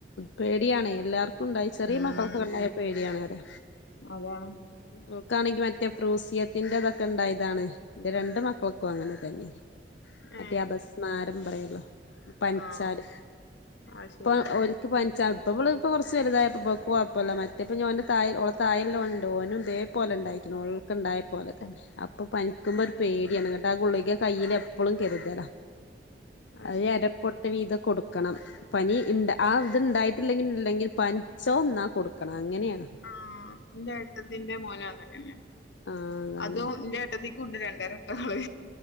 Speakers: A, on the left; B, on the left.
A: പേടിയാണെ എല്ലാർക്കും ഉണ്ടായി ചെറിയ
B: ഉം
A: മക്കൾക്കൊണ്ടായ പേടിയാണ് അതെ
B: അതാണ്
A: വോക്കാണെങ്കി മറ്റേ ഫ്രൂസിയത്തിന്റെതൊക്കെ ഉണ്ടായതാണ് എന്റെ രണ്ട് മക്കക്കും അങ്ങനെ തന്നെ മറ്റേ
B: ഏഹ്
A: അപസ്മാരം പറയോല്ലോ പനിച്ചാല്
B: ആഹ് അത് ശരി
A: ഇപ്പൊ ഒരു ഇപ്പ ഇമ്മൾ ഇപ്പ കൊറച്ച് വലുതായപ്പോ വോക്ക് കൊയ്പ്പല്ല മറ്റേപ്പ ഞൻഓള തായൽ ഉള്ള തായൽല്ല ഉണ്ട് ഓനും ദേ പോലെ ഉണ്ടായിരിക്കണം ഓൾക്കൊണ്ടായ പോലെ തന്നെ അപ്പ പനി ക്കുമ്പോ
B: ഉം
A: ഒരു പേടിയാണ് അങ്ങട്ട് ആ ഗുളിക കയ്യിൽ എപ്പൊഴും കരുതല
B: അത്
A: അ <inaudible>
B: ശരി
A: ത്രൊട്ട വീതം കൊട്ക്കും കൊടുക്കണം പനി ഇണ്ട് ആ ഇത് ഉണ്ടായിട്ടില്ലെങ്കില്ലെങ്കിൽ പനിച്ച ഒന്നാ കൊടുക്കണം അങ്ങനേണ്
B: ആഹ് ഇന്റെ ഏട്ടത്തിന്റെ മോനും അങ്ങന്നന്നെ
A: ആഹ് അതാണ്
B: അതും ഇന്റെ ഏട്ടത്തി ക്കുണ്ട് രണ്ട് എരട്ടാള്